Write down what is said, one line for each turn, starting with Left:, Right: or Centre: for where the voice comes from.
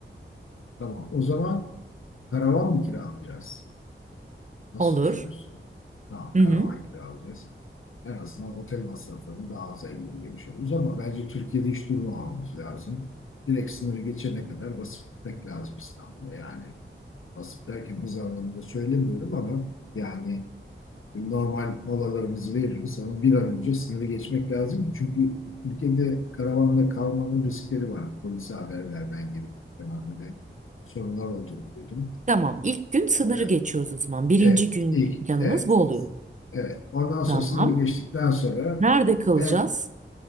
Left: Tamam. O zaman karavan mı kiralayacağız? Nasıl
Right: Olur.
Left: düşünüyorsun? Tamam,
Right: Hı
Left: karavan
Right: hı.
Left: kiralayacağız. En azından otel masraflarını daha aza indirgemiş oluruz ama bence Türkiye'de hiç durmamamız lazım. Direkt sınırı geçene kadar basıp gitmek lazım İstanbul'a. Yani basıp derken hız anlamında söylemiyorum ama yani normal molalarımızı veririz ama bir an önce sınırı geçmek lazım. Çünkü ülkede karavanla kalmanın riskleri var. Polise haber vermen gerekiyor falan böyle sorunlar olduğunu duydum.
Right: Tamam, ilk gün sınırı
Left: Ya,
Right: geçiyoruz o zaman. Birinci
Left: evet,
Right: gün
Left: ilk,
Right: planımız
Left: evet,
Right: bu oluyor.
Left: evet. Ondan sonra
Right: Tamam.
Left: sınırı geçtikten sonra
Right: Nerede kalacağız?
Left: en,